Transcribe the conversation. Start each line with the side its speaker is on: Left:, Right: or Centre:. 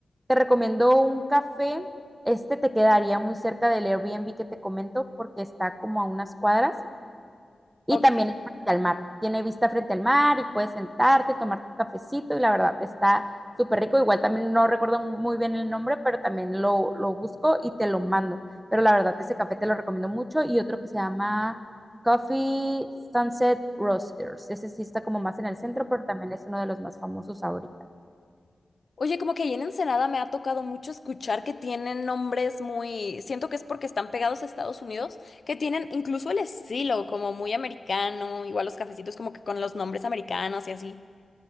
Right: te recomiendo un café, este te quedaría muy cerca del Airbnb que te comento porque está como a unas cuadras y
Left: Ok.
Right: también es frente al mar. Tiene vista frente al mar y puedes sentarte, tomar tu cafecito y la verdad está súper rico. Igual también no recuerdo muy bien el nombre, pero también lo, lo busco y te lo mando. Pero la verdad ese café te lo recomiendo mucho y otro que se llama Coffee Sunset Roasters. Ese sí está como más en el centro, pero también es uno de los más famosos ahorita.
Left: Oye, como que ahí en Ensenada me ha tocado mucho escuchar que tienen nombres muy, siento que es porque están pegados a Estados Unidos, que tienen incluso el estilo como muy americano, igual los cafecitos como que con los nombres americanos y así.